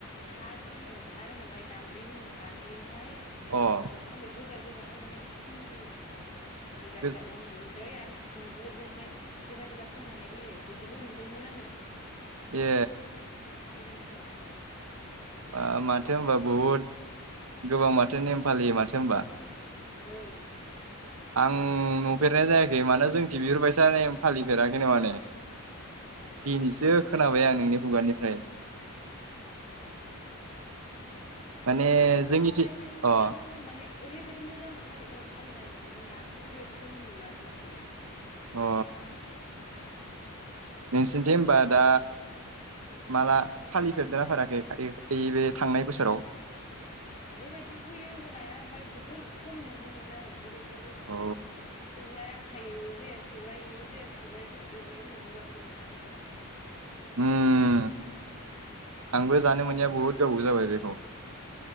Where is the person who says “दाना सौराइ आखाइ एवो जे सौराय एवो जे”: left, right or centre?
Left